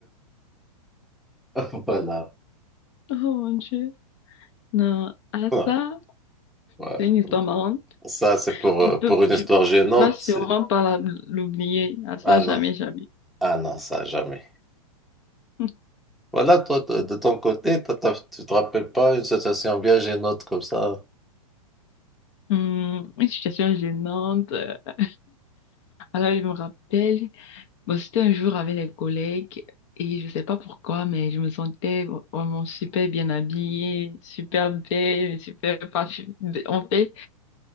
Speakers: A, in the centre; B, on the left (about 50°).
A: <laughs> voilà.
B: Oh mon Dieu. Non, ah
A: Ouais.
B: ça,
A: Ouais.
B: c'est une histoire marrante.
A: Ça, c'est pour,
B: On
A: euh,
B: peut,
A: pour une
B: tu,
A: histoire gênante.
B: tu vas sûrement
A: c'est-
B: pas la- l'oublier. Ah ça,
A: Ah non,
B: jamais, jamais.
A: ah non, ça jamais.
B: <laughs>
A: Voilà, toi, t- de ton côté, t'as- t'as- tu te rappelles pas une situation bien gênante comme ça?
B: Hum, une situation gênante. <laughs> Alors, je me rappelle, bon, c'était un jour avec les collègues et je sais pas pourquoi, mais je me sentais vraiment super bien habillée, super belle, et super parfumée. En fait,